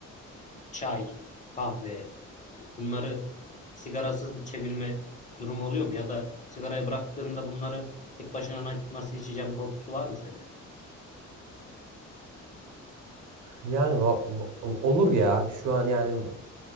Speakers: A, on the left; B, on the right.
A: çay, kahve yani bunları sigarasız içebilme durumu oluyor mu? Ya da sigarayı bıraktığımda bunları tek başına na- nasıl içeceğim korkusu var mı sende?
B: Yani va- va- olur ya şu an yani